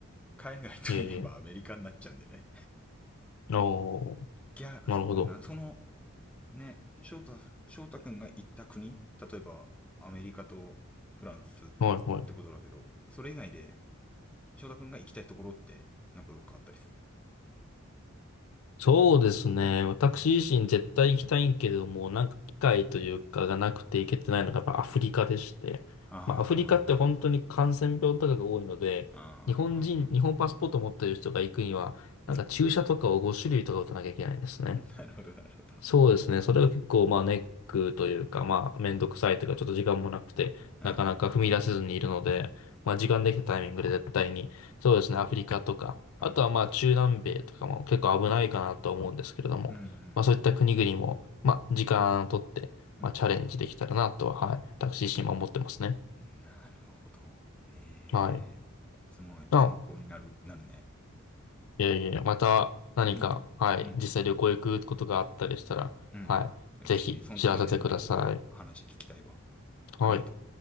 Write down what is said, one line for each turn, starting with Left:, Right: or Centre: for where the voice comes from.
Centre: 海外といえばアメリカになっちゃうんだよね
Left: い。いえいえ。おー、
Centre: いやそうだなその
Left: なるほど。
Centre: ね翔太翔太くんが行った国例えばアメリカとフランスっ
Left: はいはい。
Centre: てことだけどそれ以外で翔太くんが行きたいところってなんかどっかあったりするの
Left: そうですね。私自身絶対行きたいんけれども、なんか機会というかがなくて行けてないのがやっぱアフリカでして。
Centre: ああなるほどあ
Left: まあアフリカって本当に感染病とかが多いので、
Centre: あ
Left: 日本人、日本パスポート持ってる人が行くには、なんか注射とかを5種類とか打たなきゃいけないんですね。
Centre: うん <laughs> なるほど、なるほど。
Left: そうですね。それが結構、まあ、ネックというか、まあ、めんどくさいというか、ちょっと時間もなくて、
Centre: うんうん
Left: なかなか踏み出せずにいるので、
Centre: うんうん。
Left: まあ、時間できたタイミングで絶対に、そうですね、アフリカとか、
Centre: うん
Left: あとはまあ、中南米とかも結構危ないかなと思うんですけれども、
Centre: うんうん
Left: まあ、そういった国々も、まあ、時間をとって、
Centre: うん。
Left: まあ、チャレンジできたらなとは、はい、私自身も思ってますね。
Centre: なるほど。えー、
Left: はい。
Centre: すごい参考になる、
Left: あ、
Centre: なるね。
Left: いやいやいや、また何か、
Centre: うん。
Left: はい、
Centre: うん。
Left: 実際旅行行くことがあったりしたら、
Centre: うん。
Left: はい、
Centre: ぜひ、
Left: ぜひ知らせてください。
Centre: その時はね、もうほんと話聞きたいわ。
Left: はい。
Centre: ありがとう。